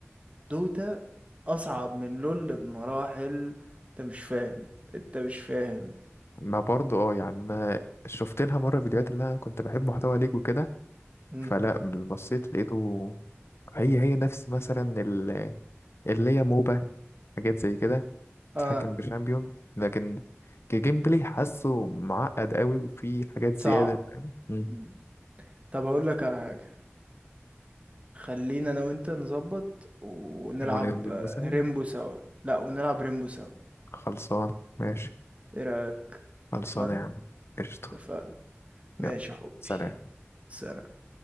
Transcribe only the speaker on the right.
دوتا اصعب من لول بمراحل انت مش فاهم انت مش فاهم
مم.
اه
صعب
مم. طب هقول لك على حاجة خلينا انا وانت نظبط ونلعب
آه،
ريمبو سوا لا ونلعب ريمبو سوا
ايه رأيك
اتفقنا
اتفقنا ماشي
يا حبي
سلام